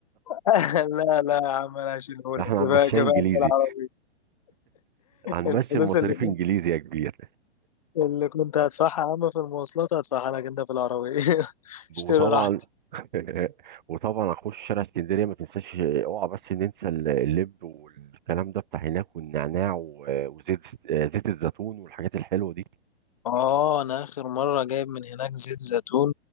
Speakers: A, on the left; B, on the right.
A: <laughs> لا لا يا عم انا هشيلهولك
B: احنا
A: كفايه
B: هنمشيها
A: كفايه
B: انجليزي
A: انت العربيه
B: هنمشي
A: الفلوس
B: المصاريف
A: اللي
B: انجليزي يا كبير
A: اللي كنت هدفعها يا عم في المواصلات هدفعها لك انت في العربية <laughs> اشتري
B: وطبعا
A: راحتي
B: <laughs> وطبعا هخش شارع اسكندريه ما تنساش اوعى بس ننسى ال- اللب والكلام ده بتاع هناك والنعناع و- وزيت زيت الزيتون والحاجات الحلوه دي
A: اه انا اخر مرة جايب من هناك زيت زيتون